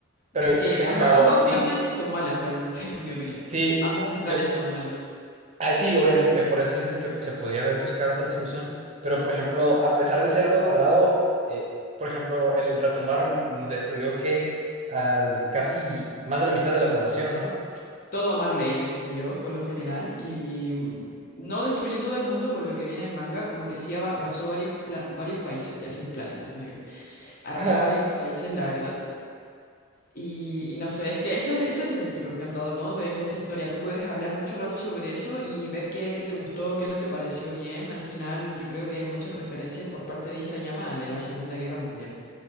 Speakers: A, on the right; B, on the left.
A: Pero
B: Es
A: es
B: que
A: que
B: amba-
A: se acabó.
B: ambas
A: Sí,
B: partes son malas realmente, <laughs> en mi opinión.
A: sí.
B: Ambos planes
A: Yo,
B: son malos.
A: ah, sí, obviamente. Por eso siento que se podía haber buscar otra solución. Pero, por ejemplo, a pesar de ser algo tardado, eh, por ejemplo, el retumbar mm, destruyó que al casi más de la mitad de la población, ¿no?
B: Todo Marley destruyó por lo general y, mm, no destruyó todo el mundo con lo que viene el manga, como que sí arrasó varios, pla- varios países, te voy a decir planetas, nada que ver. Arrasó
A: Ajá.
B: varios países, la verdad. Y, y no sé, es que eso es, eso es lo, lo encantador, ¿no? De, de esta historia. Tú puedes hablar mucho rato sobre eso y ver qué, qué te gustó, qué no te pareció bien. Al final, yo creo que hay muchas referencias por parte de Isayama de la Segunda Guerra Mundial.